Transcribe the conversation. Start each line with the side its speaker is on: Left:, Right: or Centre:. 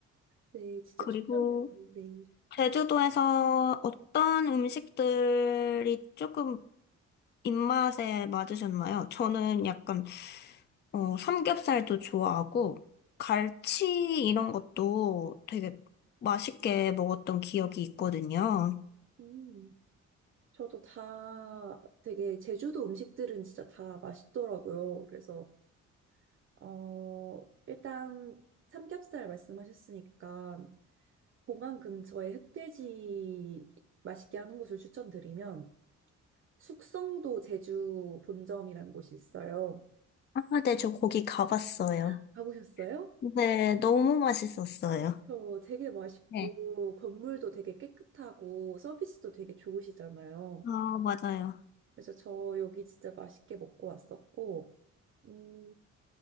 Right: 네, 진짜
Left: 그리고
Right: 추천드려요. 네.
Left: 제주도에서 어떤 음식들이 조금 입맛에 맞으셨나요? 저는 약간 어, 삼겹살도 좋아하고, 갈치 이런 것도 되게 맛있게 먹었던 기억이 있거든요.
Right: 음. 저도 다 되게 제주도 음식들은 진짜 다 맛있더라고요. 그래서 어 일단 삼겹살 말씀하셨으니까 공항 근처에 흑돼지 맛있게 하는 곳을 추천드리면 숙성도 제주 본점이라는 곳이 있어요.
Left: 아, 네, 저 거기 가봤어요.
Right: 어? 가보셨어요?
Left: 네, 너무 맛있었어요.
Right: 저 되게 맛있고
Left: 네.
Right: 건물도 되게 깨끗하고 서비스도 되게 좋으시잖아요.
Left: 아, 맞아요.
Right: 그래서 저 여기 진짜 맛있게 먹고 왔었고, 음,